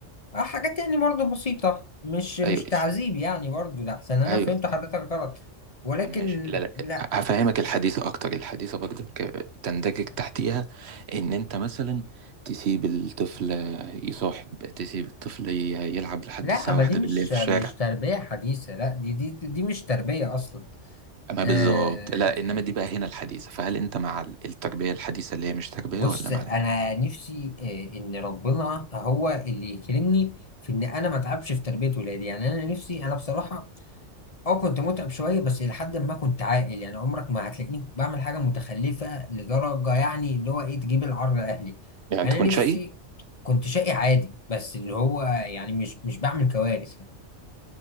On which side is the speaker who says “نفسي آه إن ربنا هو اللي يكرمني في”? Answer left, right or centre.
Left